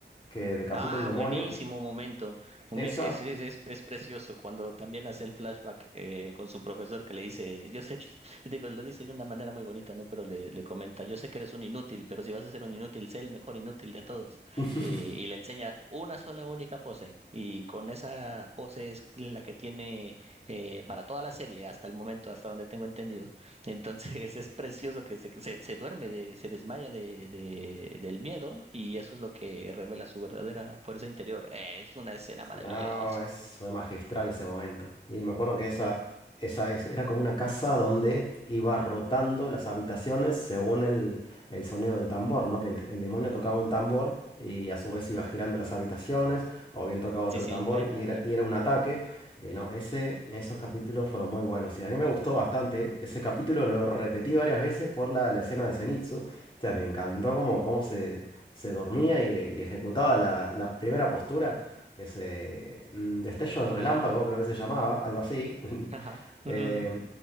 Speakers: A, on the left (about 30°); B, on the right (about 35°).
A: que decapita
B: Ah,
A: un demonio,
B: buenísimo momento. Umis-
A: esa.
B: Es, es, es, es precioso cuando también hace el flashback eh, con su profesor que le dice, yo sé que, <laughs> digo, lo dice de una manera muy bonita, ¿no? Pero le, le comenta, yo sé que eres un inútil, pero si vas a ser un inútil, sé el mejor inútil de todos.
A: <laughs>
B: Eh, y le enseña una sola única pose. Y con esa pose es la que tiene eh, para toda la serie, hasta el momento, hasta donde tengo entendido. Entonces <laughs> es precioso que se, que se, se duerme, de, se desmaya de, de- del miedo y eso es lo que revela su verdadera fuerza interior. Eh, es una escena maravillosa.
A: No, es, fue magistral ese momento. Y me acuerdo que esa, esa es- era como una casa donde iba rotando las habitaciones según el, el sonido del tambor, ¿no? Que el, el demonio tocaba un tambor y a su vez iba girando las habitaciones, o bien tocaba otro
B: Sí, sí,
A: tambor
B: buena,
A: y era,
B: buena.
A: y era un ataque. Eh, no, ese, esos capítulos fueron muy buenos y a mí me gustó bastante. Ese capítulo lo repetí varias veces por la, la escena de Zenitsu. O sea, me encantó cómo, cómo se, se dormía y, y ejecutaba la la primera postura que se... mm, Destello del Relámpago, creo que se llamaba, algo así. <laughs>
B: Ajá. Ujú,
A: Eh,
B: ujú.